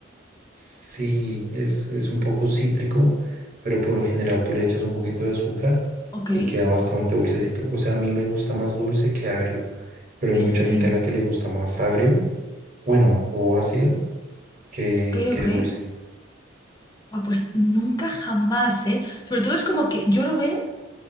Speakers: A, on the right; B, on the left.
A: sí, es, es un poco cítrico, pero por lo general tú le echas un poquito de azúcar
B: Ok.
A: y queda bastante dulcecito, o sea, a mí me gusta más dulce que agrio pero
B: Sí,
A: hay mucha
B: sí, sí.
A: gente a la que le gusta más agrio Bueno, o ácido que,
B: Ok,
A: que
B: ok.
A: dulce.
B: Buah, pues nunca jamás, ¿eh? Sobre todo es como que yo lo veo.